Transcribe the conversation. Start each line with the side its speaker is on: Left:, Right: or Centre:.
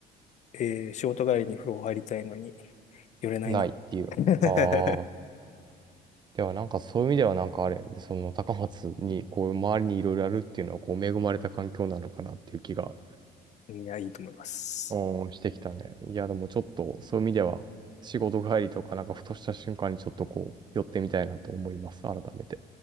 Left: えー仕事帰りに風呂入りたいのに、寄れないな。
Right: ん。ないっていう。
Left: <laughs>
Right: ああ。ではなんかそういう意味ではなんかあれやね。その高松にこう周りにいろいろあるっていうのはこう恵まれた環境なのかなっていう気が。
Left: いや、いいと思います。
Right: うん、してきたね。いや、でもちょっと、そういう意味では、仕事帰りとか、なんかふとした瞬間にちょっとこう、寄ってみたいなと思います。改めて。